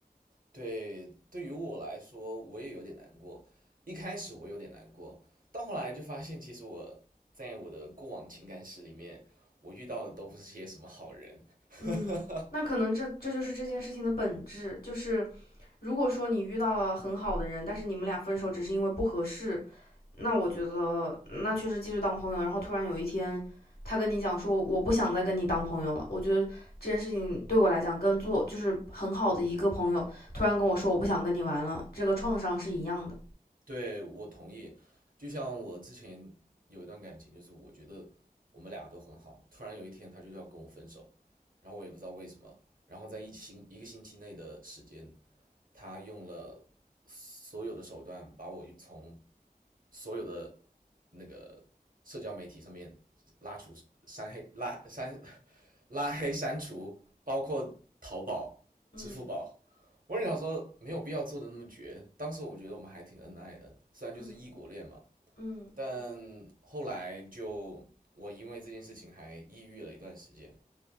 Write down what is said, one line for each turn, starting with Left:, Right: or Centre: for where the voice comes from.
Right: 对，对于我来说，我也有点难过。一开始我有点难过，到后来就发现，其实我在我的过往情感史里面，我遇到的都不是些什么好人。<laughs>
Left: 嗯，那可能这这就是这件事情的本质，就是如果说你遇到了很好的人，但是你们俩分手只是因为不合适，那我觉得那确实继续当朋友。然后突然有一天，他跟你讲说我不想再跟你当朋友了，我觉得这件事情对我来讲跟做就是很好的一个朋友突然跟我说我不想跟你玩了，这个创伤是一样的。
Right: 对，我同意。就像我之前有一段感情，就是我觉得我们俩都很好，突然有一天他就要跟我分手，然后我也不知道为什么。然后在一星一个星期内的时间，他用了所有的手段把我从所有的那个社交媒体上面拉除、删黑、拉删、<laughs> 拉黑、删除，包括淘宝、支付宝。
Left: 嗯
Right: 我也想说没有必要做的那么绝。当时我觉得我们还挺恩爱的，虽然就是异国恋嘛，
Left: 嗯嗯
Right: 但后来就我因为这件事情还抑郁了一段时间，